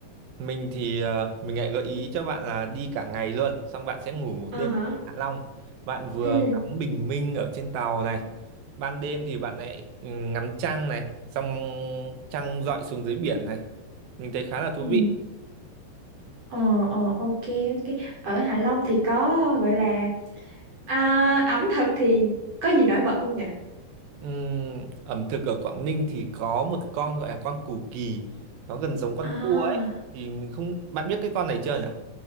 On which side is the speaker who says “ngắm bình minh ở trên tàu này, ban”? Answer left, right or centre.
Right